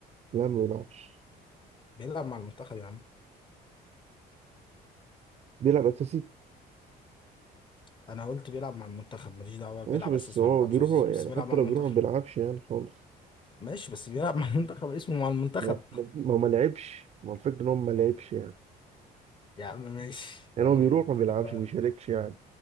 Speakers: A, on the right; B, on the left.
A: لا ما بيلعبش
B: بيلعب مع المنتخب يا عم
A: بيلعب أساسي
B: انا قلت بيلعب مع المنتخب ماليش دعوه بيلعب
A: ماشي بس
B: اساسي
A: هو
B: ما بيلعبش
A: بيروح
B: اساسي بس
A: يعني
B: بيلعب
A: حتى
B: مع المنتخب
A: لو بيروح ما بيلعبش يعني خالص
B: ماشي بس بيلعب <laughs> مع المنتخب اسمه مع المنتخب
A: ما ما ما ما لعبش ما هو الفكرة إن هو ما لعبش يعني
B: يا عم ماشي
A: يعني
B: تمام
A: هو بيروح
B: انت
A: ما بيلعبش
B: كده
A: ما بيشاركش يعني